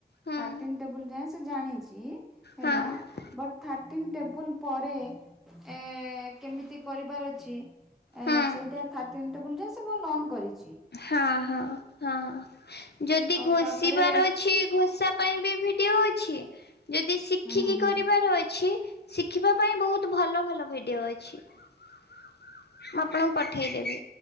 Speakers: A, on the left; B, in the centre.
A: ହଁ
B: ଥାଟିନ୍ ଟେବୁଲ୍ ଯାଏ ସେ ଜାଣିଛି ହେଲା।
A: ହଁ
B: ବଟ୍ ଥାର୍ଟିନ୍ ଟେବୁଲ୍ ପରେ ଏଁ କେମିତି କରିବାର ଅଛି। ଏ
A: ହଁ।
B: ସେଇଟା ଥାର୍ଟିନ୍ ଟେବୁଲା ଯାଏ ସେ ପୁରା ଲନ୍ କରିଚି।
A: ହଁ ହଁ ହଁ ଯଦି
B: ଆଉ
A: ଘୋଷିବାର
B: ତାପରେ
A: ଅଛି। ଘୋଷା ପାଇଁ ବି ଭିଡିଓ ଅଛି ଯଦି ଶିଖିକି
B: ହୁଁ ହୁଁ
A: କରିବାର ଅଛି। ଶିଖିବା ପାଇଁ ବହୁତ୍ ଭଲ ଭଲ ଭିଡ଼ିଓ ଅଛି। ମୁଁ ଆପଣଙ୍କୁ ପଠେଇଦେବି।